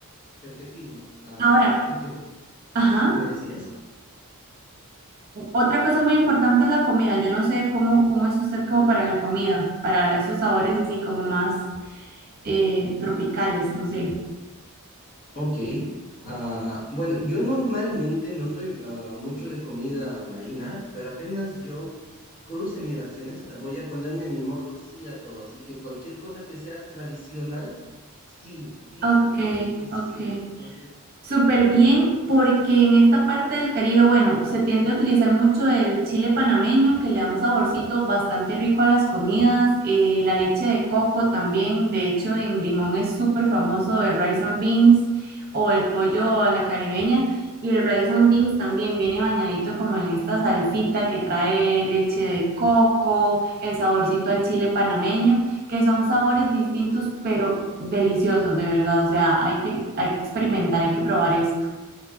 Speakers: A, on the left (about 40°); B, on the right (about 45°).
A: perfectísimo. Ah,
B: Ahora,
A: y, y que po-
B: ajá.
A: me decías.
B: Otra cosa muy importante es la comida. Yo no sé cómo, cómo es usted como para la comida, para esos sabores así como más eh, tropicales, no sé.
A: Ok. ah, bueno, yo normalmente no soy ah, mucho de comida marina, pero apenas yo cruce migraciones, ah, voy a ponerme en mi modo sí a todo. Así que cualquier cosa que sea tradicional, sí, sí,
B: Ok,
A: sí, sí y sí.
B: ok.
A: Entonces,
B: Súper bien, porque en esta parte del Caribe, bueno, se tiende a utilizar mucho el chile panameño, que le da un saborcito bastante rico a las comidas, eh, la leche de coco también, de hecho en Limón es súper famoso el rice and beans o el pollo a la caribeña, y el rice and beans también viene bañadito como en esta salsita que trae leche de coco, el saborcito al chile panameño que son sabores distintos, pero deliciosos, de verdad. O sea, hay que, hay que experimentar, hay que probar esto.